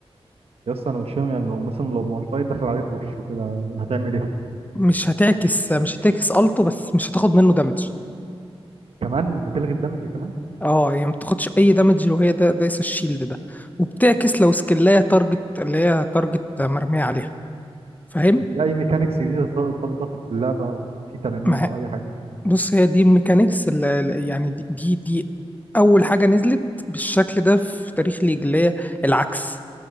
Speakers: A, on the right; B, on the left.
A: يا اسطى انا مش فاهم يعني لو مثلا لو مالفايت دخل عليه بوشه كده هتعمل ايه
B: مش هتعكس مش هتعكس ألته بس مش هتاخد منه دامج
A: كمان بتلغي الدمج كمان
B: اه يعني ما بتاخدش اي دامج لو هي ده دايس الشيلد ده وبتعكس لو سكلاية تارجت اللي هي تارجت مرمية عليها فاهم
A: في اي ميكانيكس جديده اتضافت في اللعبه او في تنانين
B: ما
A: او اي حاجه
B: بص هي دي الميكانيكس ال- ال- يعني دي دي دي اول حاجه نزلت بالشكل ده في تاريخ ليج اللي هي العكس